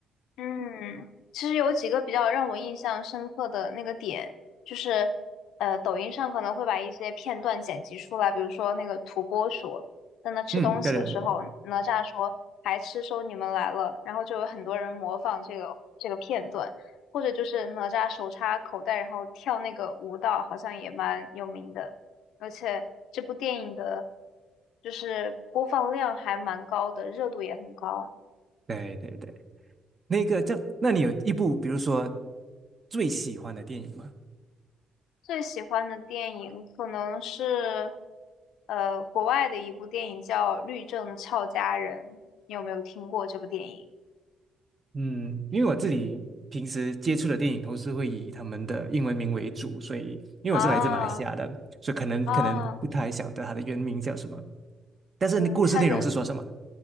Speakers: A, on the left; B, on the right.
A: 嗯，其实有几个比较让我印象深刻的那个点，就是呃，抖音上可能会把一些片段剪辑出来，比如说那个土拨鼠在那吃东西的时候，
B: 嗯，对对对
A: 哪吒说“还吃收你们来了”，然后就有很多人模仿这个这个片段，或者就是哪吒手插口袋然后跳那个舞蹈，好像也蛮有名的，而且这部电影的就是播放量还蛮高的，热度也很高。
B: 对对对对。那个叫，那你有一部比如说最喜欢的电影吗？
A: 最喜欢的电影可能是，呃，国外的一部电影叫《律政俏佳人》，你有没有听过这部电影？
B: 嗯，因为我自己平时接触的电影都是会以他们的英文名为主，所以因为我是来自马来西亚的，
A: 啊
B: 所以可能可能不太晓得它的原名叫什么，
A: 啊，
B: 但是故事内容是说什么？
A: 呃，她的